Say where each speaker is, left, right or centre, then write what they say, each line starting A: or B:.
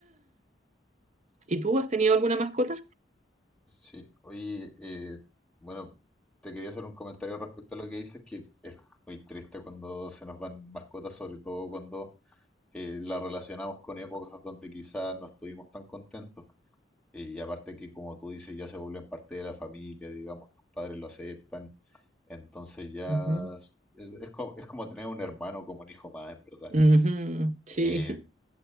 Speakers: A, on the right; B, in the centre.
A: ¿Y tú has tenido alguna mascota?
B: Sí, oye, eh, bueno, te quería hacer un comentario respecto a lo que dices, que es muy triste cuando se nos van mascotas, sobre todo cuando eh, la relacionamos con épocas donde quizás no estuvimos tan contentos. Eh, y aparte que, como tú dices, ya se vuelven parte de la familia, digamos, tus padres lo aceptan, entonces ya
A: Ujú,
B: es, es como, es como tener un hermano como un hijo más, en verdad.
A: ujú, sí,
B: Eh,